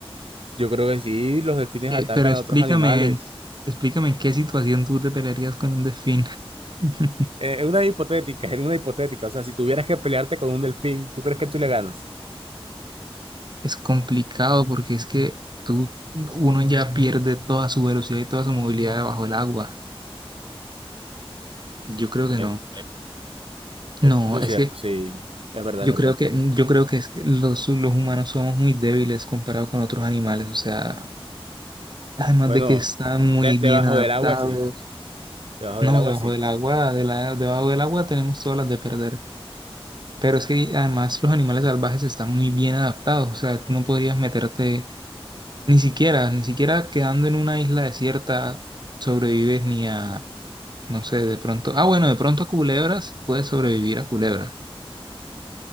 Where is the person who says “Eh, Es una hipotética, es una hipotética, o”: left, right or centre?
Right